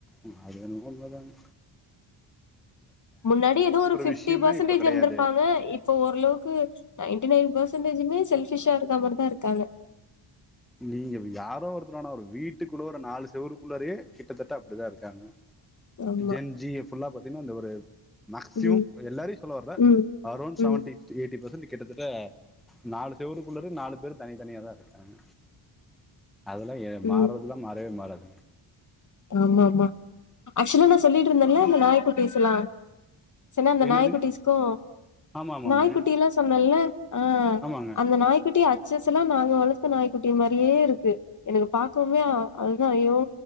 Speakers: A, in the centre; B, on the left (about 40°).
A: ம் அதென்மோ உண்மதாங்க
B: முன்னாடி எதோ ஒரு பிப்டி
A: விஷயமே
B: பர்சன்டேஜு
A: இப்ப கிடையாது
B: இருந்துருப்பாங்க இப்ப ஓர்ளவுக்கு நைன்டி நைன் பர்சன்டேஜுமே செல்பிஷா இருக்க மாரிதா இருக்காங்க
A: நீங்க யாரோ ஒருத்தர் வேனா ஒரு வீட்டுக்குள்ள ஒரு நாலு செவருக்குள்ளாரயே கிட்டத்தட்ட அப்டிதா இருக்காங்க
B: ஆமா
A: ஜென் ஜி ய ஃபுல்லா பாத்தீங்கனா இந்த ஒரு மேகிசிமம்
B: ம்
A: எல்லாரையு சொல்ல வர்ல
B: ம்
A: அரௌண்ட்
B: ம்
A: செவன்டி எய்ட்டி பர்சன்டேஜ் கிட்டத்தட்ட நாலு செவுருக்குள்ளர நாலு பேரு தனித்தனியாக தா இருக்காங்க அதெல்லா ஏ மாறதுல்லா
B: ம்
A: மாறவே மாறாது
B: ஆமா ஆமா ஆக்சுலா நா சொல்லிட்ருந்தேல அந்த நாயப்ப பேசலா சென்னா அந்த
A: என்னதுங்க
B: நாய்க்குட்டிஸ்க்கு
A: ஆமா ஆமாங்க
B: நாய்க்குட்டிலா சொன்னேல ஆ
A: ஆமாங்க
B: அந்த நாய்க்குட்டி சில்சில்லா நாங்க வளத்த நாய்க்குட்டி மாரியே இருக்கு எனக்கு பாக்கமே அ அவ்ளோதா ஐயோ